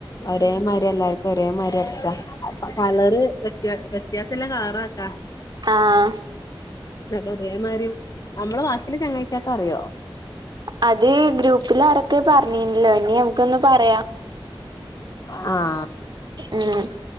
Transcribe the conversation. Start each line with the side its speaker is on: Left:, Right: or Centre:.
Left: ഒരേമാരി എല്ലാർക്കും ഒരേമാരി അട്ച്ചാ. അ കളറ് വെത്യ വ്യത്യാസല്ല കളറാക്ക.
Right: ആഹ്
Left: ന്ന ഒരേമാരിം അമ്മളെ ബാക്കില ചങ്ങയിച്ചക്കറിയോ?
Right: അത് ഗ്രൂപ്പിൽ ആരൊക്കെ പറഞ്ഞീല്ലോ ഇനി നമക്കൊന്ന് പറയാം.
Left: ആ
Right: ഉം